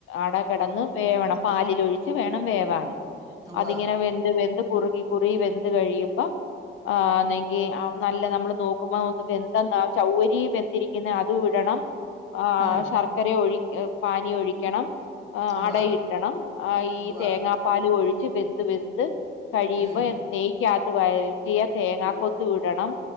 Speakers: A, on the left; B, on the right.
A: അട കെടന്ന് വേവണം പാലിലൊഴിച്ച് വേണം വേവാന്
B: ഉവ്വ
A: അതിങ്ങനെ വെന്ത് വെന്ത് കുറുകി കുറുകി വെന്ത് കഴിയുമ്പം ആഹ് ആന്നെങ്കിൽ നല്ല നമ്മള് നോക്കുമ്പോ ഒന്ന് വെന്തന്നാ ചൗവരി വെന്തിരി ക്കുന്നെ അതുയിടണം ആഹ്
B: ഉം
A: ശർക്കര ഒഴി പാനീ ഒഴിക്കണം ആഹ്
B: ഉവ്വ
A: അടയിട്ടണം ആ ഈ
B: ഉവ്വ
A: തേങ്ങാപ്പാല് ഒഴിച്ച് വെന്ത് വെന്ത് കഴിയുമ്പം
B: ഉം
A: നെയ്ക്കകത്ത് വരറ്റിയ തേങ്ങാ കൊത്തുംവിടണം